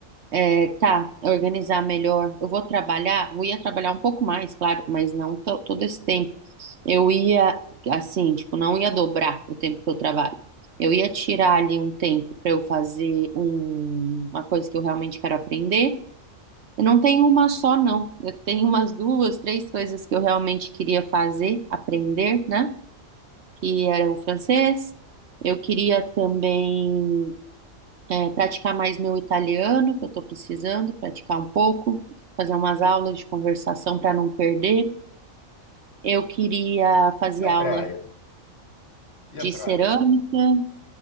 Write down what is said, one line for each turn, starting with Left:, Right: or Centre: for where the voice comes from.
Right: é, tá, organizar melhor. Eu vou trabalhar, eu ia trabalhar um pouco mais, claro, mas não to- todo esse tempo. Eu ia, assim, tipo, não ia dobrar o tempo que eu trabalho. Eu ia tirar ali um tempo para eu fazer um- uma coisa que eu realmente quero aprender. Eu não tenho uma só, não. Eu tenho umas duas, três coisas que eu realmente queria fazer, aprender, né? Que era o francês. Eu queria também é, praticar mais meu italiano, que eu estou precisando praticar um pouco, fazer umas aulas de conversação para não perder. Eu queria fazer
Left: E
Right: aula
Left: a praia? E a
Right: de
Left: praia?
Right: cerâmica.